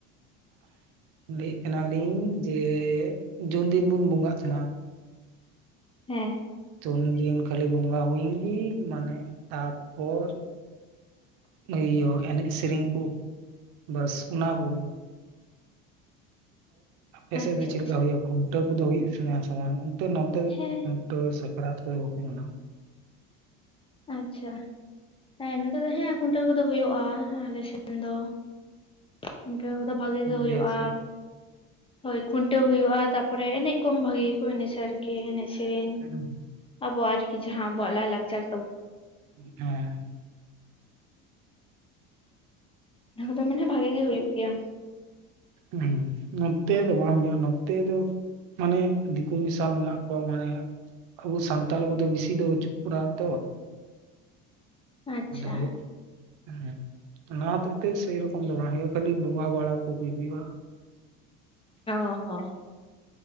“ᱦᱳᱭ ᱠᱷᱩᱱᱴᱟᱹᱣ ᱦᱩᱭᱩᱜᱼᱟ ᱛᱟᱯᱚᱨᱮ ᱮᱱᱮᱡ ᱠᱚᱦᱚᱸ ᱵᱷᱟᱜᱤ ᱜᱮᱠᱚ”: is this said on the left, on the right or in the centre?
Left